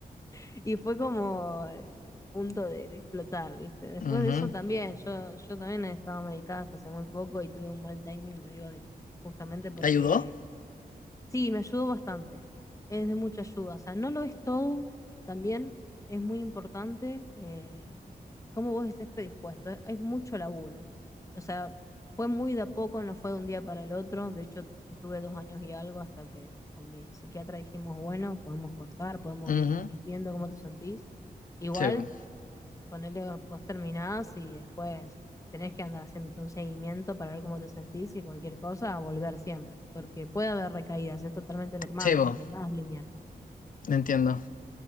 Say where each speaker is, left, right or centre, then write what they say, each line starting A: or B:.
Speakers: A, on the left; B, on the left.
A: y fue como el el punto de, de explotar, ¿viste? Después
B: Ujú.
A: de eso también, yo, yo también he estado medicada hasta hace muy poco y tuve un mal timing, lo digo de- justamente porque
B: ¿Te ayudó?
A: Sí, me ayudó bastante. Es de mucha ayuda. O sea, no lo es todo. También es muy importante eh, cómo vos estés predispuesto. Es, es mucho laburo. O sea, fue muy de a poco, no fue de un día para el otro. De hecho, estuve dos años y algo hasta que con mi psiquiatra dijimos, bueno, podemos cortar, podemos
B: Ujú.
A: ir, ir viendo cómo te sentís. Igual
B: Sí, po.
A: Ponele, vos terminás y después tenés que andar haciéndote un seguimiento para ver cómo te sentís y cualquier cosa, a volver siempre, porque puede haber recaídas, es totalmente normal,
B: Sí, po,
A: ¿viste? Nada es lineal.
B: entiendo.